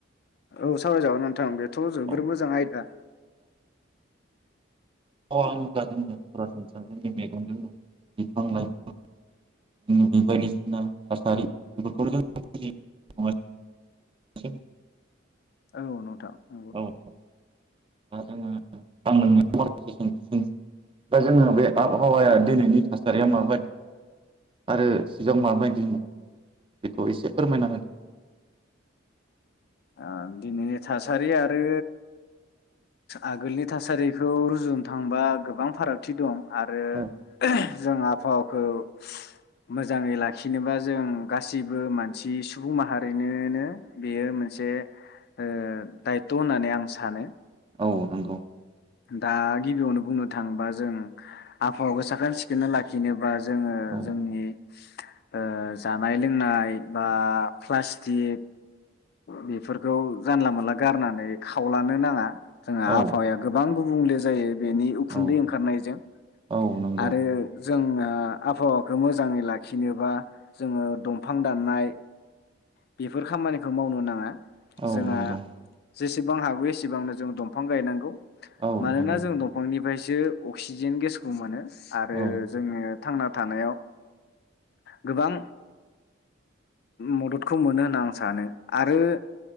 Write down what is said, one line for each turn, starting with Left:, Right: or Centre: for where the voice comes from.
Left: औ सावराय जागोन नोंथां बेथ' जोबोर
Right: औ
Left: मोजां आयदा।
Right: अ आं <unintelligible> जोङो सरासनस्रा जोंनि मेगनजों बिफां लाइफां बे बायदिसिना थासारि बेफोरखौ जों <unintelligible>
Left: औ नोंथां। नंगौ
Right: औ औ दा जोङो आं <unintelligible> दा जोङो बे आबहावाया दिनैनि थासारिया माबायदि आरो सिगां माबायदिमोन बेखौ एसे फोरमायना हो
Left: ओ दिनैनि थासारि आरो आगोलनि थासारिखौ रुजुनो थांबा गोबां फारागथि दं। आरो
Right: औ
Left: जों आबहावाखौ मोजाङै लाखिनोबा जों गासैबो मानसि सुबुं माहारिनोनो बेयो मोनसे से दायथ' होननानै आं सानो।
Right: औ नंगौ
Left: दा गिबियावनो बुंनो थाङोबा जों आबहावाखौ साखोन सिखोनै लाखिनो बा जोङो
Right: औ
Left: जोंनि ओ जानाय लोंनाय बा प्लास्टिक बेफोरखौ जानला मानला गारनानै खावलानो नाङा। जोंङा
Right: औ
Left: आबहावाया बां गुबुंले जायो। बेनि उखुन्दै
Right: औ
Left: ओंखारनायजों
Right: औ नंगौ
Left: आरो जोंङो आबहावाखौ मोजाङै लाखिनोबा जोङो दमफां दाननाय बेफोर खामानिखौ मावनो नाङा।
Right: औ
Left: जोंहा
Right: नंगौ
Left: जेसेबां हागौ एसेबांनो जों दमफां गायनांगौ।
Right: औ
Left: मानोना
Right: नंगौ
Left: जों दंफांनिफ्राय सो अक्सिजेन गेसखौ मोनो। आरो
Right: औ
Left: जोङो थांना थानायाव गोबां मददखौ मोनो होनना आं सानो आरो